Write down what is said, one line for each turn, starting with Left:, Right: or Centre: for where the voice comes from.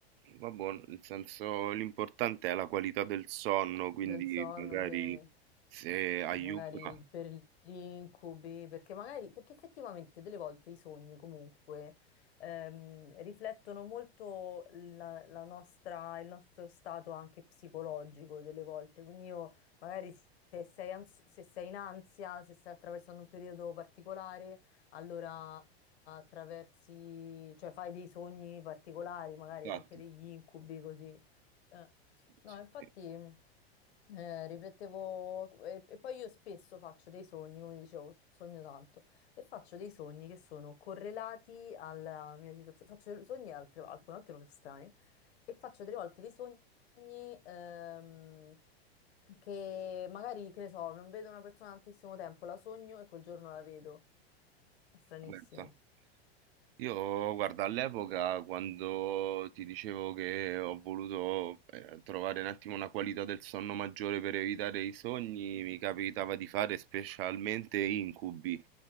Right: Vabbè, nel senso l'importante è la qualità del sonno, quindi
Left: del sonno
Right: magari
Left: che...
Right: se aiuta.
Left: eh, magari per gli incubi, perché magari, perché effettivamente delle volte i sogni comunque ehm, riflettono molto la, la nostra, il nostro stato anche psicologico delle volte, quindi io magari se sei, ans- se sei in ansia, se stai attraversando un periodo particolare, allora attraversi, cioè fai dei sogni particolari, magari
Right: Esatto.
Left: anche degli incubi così. Eh, No,
Right: Sì,
Left: infatti
Right: sì.
Left: mh, eh, riflettevo e, e poi io spesso faccio dei sogni, come dicevo, sogno tanto, e faccio dei sogni che sono correlati alla mia situazione. Faccio sogni altre, alcune volte proprio strani e faccio delle volte dei sogni ehm, che magari, che ne so, non vedo una persona da tantissimo tempo, la sogno e quel giorno la vedo. È stranissimo.
Right: Vabbè, sta- Io, guarda, all'epoca quando ti dicevo che ho voluto eh, trovare un attimo una qualità del sonno maggiore per evitare i sogni, mi capitava di fare specialmente incubi